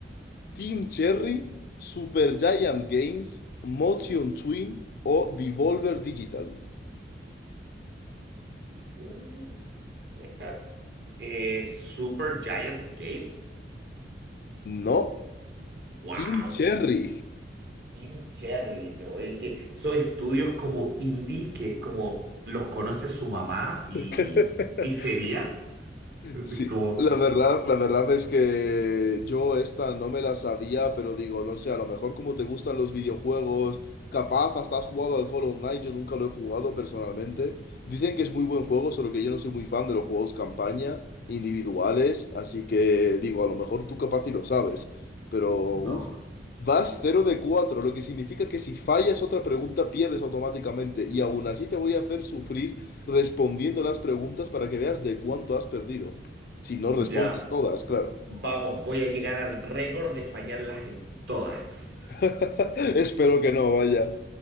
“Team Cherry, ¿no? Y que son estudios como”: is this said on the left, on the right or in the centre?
Right